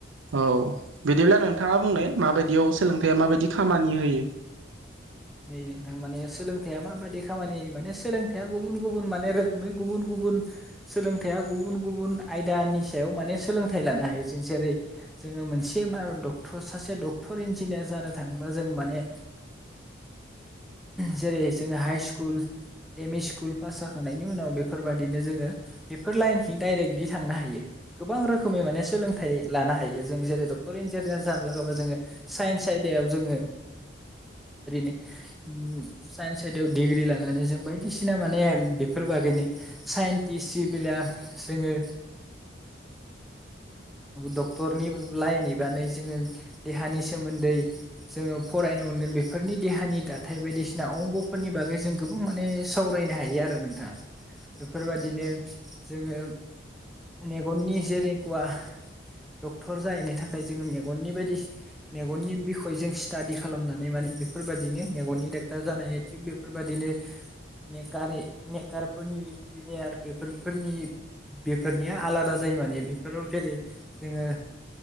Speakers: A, on the right (about 75°); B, in the centre.
A: औ बिदिब्ला नोंथाङा बुंनाय
B: बेफोर
A: माबायदियाव थाइया माबायदि खामानि होयो
B: नै नोंथां माने सोलोंथाइया माबायदि खामानि माने सोलोंथाइया गुबुन गुबुन माने रोखोमै गुबुन गुबुन गुबुन सोलोंथाइया गुबुन गुबुन आयदानि सायाव माने सोलोंथाइ लानो हायो जों जेरै जोङो मोनसे मा डक्टर सासे डक्टर इन्जिनियार जानो थाङोबा जों माने जेरै जोङो high school M E school pass जाखांनायनि उनाव बेफोरबायदिनो जोङो डायरेक्टलि थांनो हायो गोबां रोखोमै माने सोलोंथाइ लानो हायो जों जेरै डक्टर इन्जिनियार जानो नांगौबा जोङो साइन्स आयदायाव जोङो उम साइन्स आयदायाव डिग्रि लानानै जों बायदिसिना माने बे फोर बागैनो साइन्टिस जि बिला जोङो डक्टरनि लाइन एबानो जोङो देहानि सोमोन्दै जोङो फरायनो मोनगोन बे फोरनि देहानि दाथाय बायदिसिना अंग'फोरनि बागै जों गोबां माने सावरायनो हायो आरो नोंथां। बेफोरबायदिनो जोङो मेगननि <unintelligible> डक्टर जाहैनो थाखाय जोङो मेगननि बायदि मेगननि बिखय जों स्टादि खालामनानै माने बेफोरबादिनो मेगननि डाक्टार जानाय थिग बेफोरबादिनो मेकारे मेकारफोरनि इन्जिनियार बेफोरफोरनि बेफोरनिया आलादा जायो माने बेफोराव जेरै जोङो